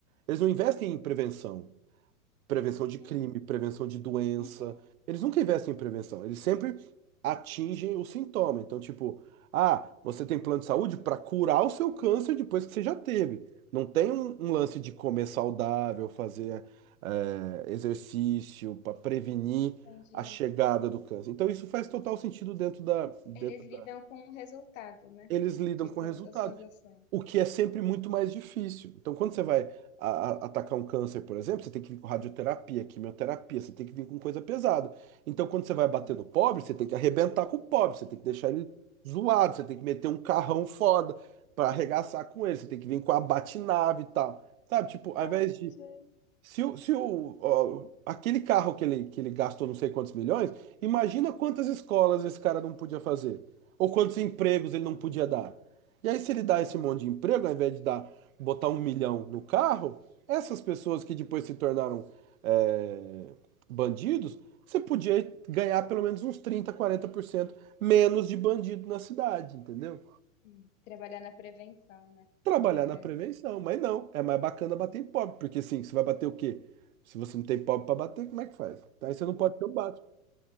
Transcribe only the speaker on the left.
Hum,
uhum,
entendi.
Eles lidam
com o resultado, né?
De
todas
as suas ações.
Sim.
Ah,
gente.
Hum, Trabalhar na prevenção, né?
Caraca.